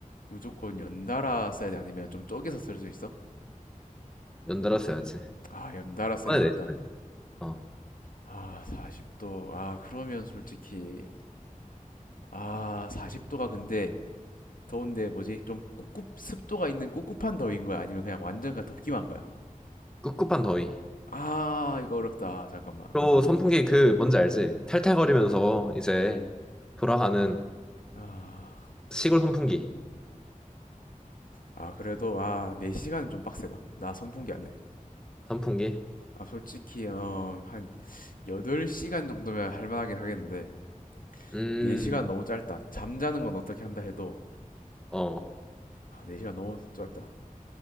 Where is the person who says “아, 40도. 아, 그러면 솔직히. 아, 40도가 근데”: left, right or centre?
Left